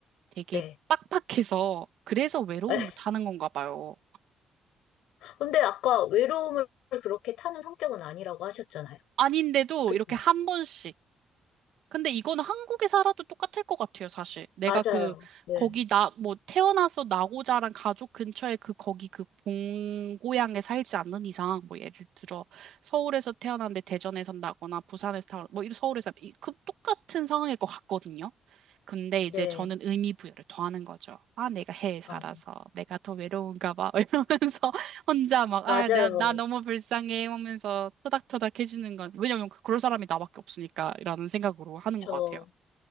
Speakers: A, on the right; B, on the left.
A: 되게
B: 네.
A: 빡빡해서 그래서 외로움을
B: <laughs>
A: 타는 건가 봐요.
B: 근데 아까 외로움을 그렇게 타는 성격은 아니라고 하셨잖아요.
A: 아닌데도
B: 그쵸?
A: 이렇게 한 번씩. 근데 이거는 한국에 살아도 똑같을 것 같아요, 사실. 내가
B: 맞아요.
A: 그
B: 네.
A: 거기 나 뭐 태어나서 나고 자란 가족 근처에 그 거기 그 본고향에 살지 않는 이상 뭐 예를 들어 서울에서 태어났는데 대전에 산다거나 부산에서 태어나 뭐 이런 서울에서 살- 이- 그 똑같은 상황일 것 같거든요. 근데
B: 네.
A: 이제 저는 의미 부여를 더하는 거죠. 아, 내가 해외에 살아서
B: 아,
A: 내가 더 외로운가 봐. <laughs> 이러면서 혼자 막,
B: 맞아요.
A: 아, 나, 나 너무 불쌍해 하면서 토닥토닥 해주는 건, 왜냐면 그- 그럴 사람이 나밖에 없으니까, 라는 생각으로 하는
B: 저,
A: 것 같아요.